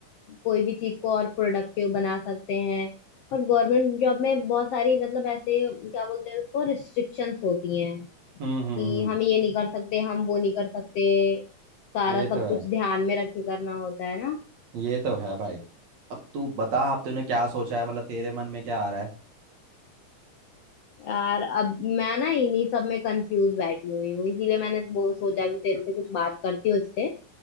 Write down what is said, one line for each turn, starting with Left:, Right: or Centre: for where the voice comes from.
Left: कोई भी चीज को और प्रोडक्टिव बना सकते हैं और गवर्नमेंट जॉब में बहुत सारी मतलब ऐसे क्या बोलते हैं उसको रिस्ट्रिक्शंस होती हैं
Right: हम्म हम्म
Left: कि
Right: हम्म
Left: हम ये नहीं कर सकते हम वो नहीं कर सकते सारा
Right: ये
Left: सब
Right: तो है
Left: कुछ ध्यान में रख के करना होता है ना
Right: ये तो है भाई अब तू बता अब तूने क्या सोचा है मतलब तेरे मन में क्या आ रहा है
Left: यार अब मैं ना इन्हीं सब में कंफ्यूज बैठी हुई हूँ इसीलिए मैंने वो सोचा कि तेरे से कुछ बात करती हूँ इससे